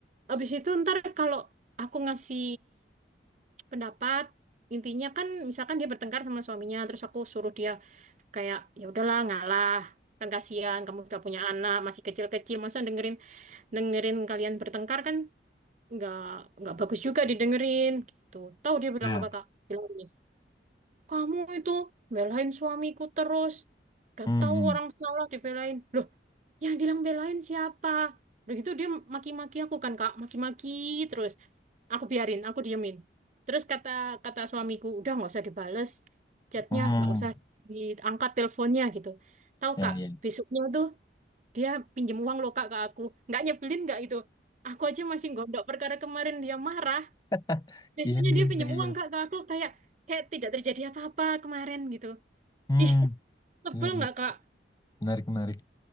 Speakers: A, on the right; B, on the left.
A: abis itu ntar kalau aku ngasih pendapat, intinya kan misalkan dia bertengkar sama suaminya, terus aku suruh dia kayak ya udahlah ngalah. Kan kasihan kamu udah punya anak, masih kecil-kecil, masa dengerin dengerin kalian bertengkar kan nggak nggak bagus juga didengerin gitu. Tahu dia bilang
B: Ya,
A: apa Kak? Bilang gini, Kamu itu belain suamiku terus. gak
B: Hmm.
A: tahu orang salah dibelain. Loh, yang bilang belain siapa? Begitu dia maki-maki aku kan, Kak. Maki-maki terus. Aku biarin, aku diemin. Terus kata kata suamiku, udah nggak usah dibales chatnya,
B: Hmm.
A: nggak usah diangkat teleponnya gitu. Tahu
B: Ya,
A: Kak,
B: ya.
A: besoknya tuh dia pinjem uang loh Kak ke aku. Nggak nyebelin nggak itu? Aku aja masih gondok perkara kemarin dia marah.
B: <laughs>
A: Biasanya
B: Iya, iya,
A: dia pinjem
B: iya, iya.
A: uang Kak ke aku kayak kayak tidak terjadi apa-apa kemarin gitu.
B: Hmm.
A: Ih, tebel
B: Iya,
A: nggak
B: iya.
A: Kak?
B: Menarik, menarik.